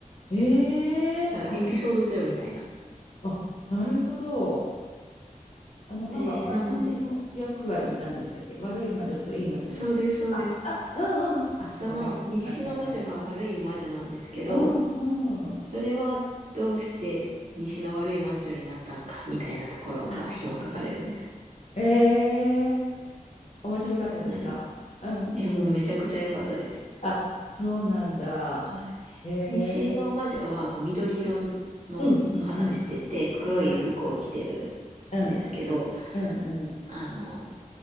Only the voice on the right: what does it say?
だからエピソードゼロみたいな。
で、
なので、そうです、そうです。
その西の魔女が悪い魔女なんですけど、
それはどうして西の悪い魔女になったのかみたいなところが紐解かれるんです。
なんか、え、もうめちゃくちゃ良かったです。
はい。
西の魔女はこう緑色の肌してて黒い服を着てるんですけど、
あの、